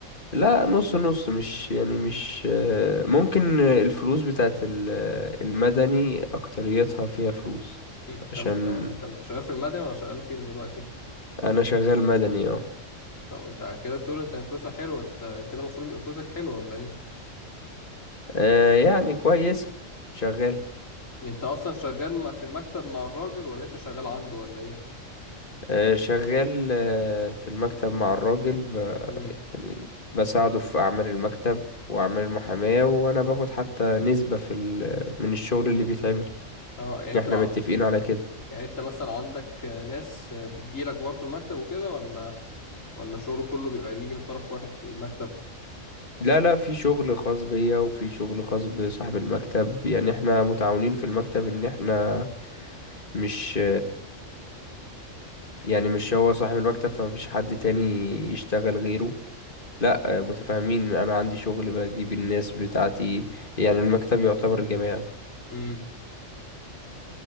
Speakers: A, on the left; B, on the left.
A: لا نص نص مش يعني مش آه، ممكن الفلوس بتاعت ال- آه، المدني أكتريتها فيها فلوس
B: مم.
A: عشان
B: طب انت انت انت شغال في المدني ولا شغال فين دلوقتي
A: أنا شغال مدني اه
B: طب انت كده بتقول انت فلوسك حلوة انت كده المفروض يبقى فلوسك حلوة ولا ايه
A: آه، يعني كويس شغال
B: انت اصلا شغال م- في المكتب مع الراجل ولا انت شغال عنده ولا ايه
A: آه، شغال آه، في المكتب مع الراجل ب-
B: امم
A: يعني بساعده في أعمال المكتب وأعمال المحاماة وأنا باخد حتى نسبة في ال- من الشغل اللي بيتعمل
B: اه يعني انت
A: احنا متفقين على كده
B: يعني انت مثلا عندك آه، ناس آه، بتجيلك برضو المكتب وكده ولا ولا شغله كله بيبقى بيجي من طرف واحد في المكتب
A: لا لا في شغل خاص بيا وفي شغل خاص بصاحب المكتب يعني احنا متعاونين في المكتب ان احنا مش يعني مش هو صاحب المكتب فمفيش حد تاني يشتغل غيره لا متفاهمين انا عندي شغل بجيب الناس بتاعتي يعني المكتب يعتبر جماعي
B: امم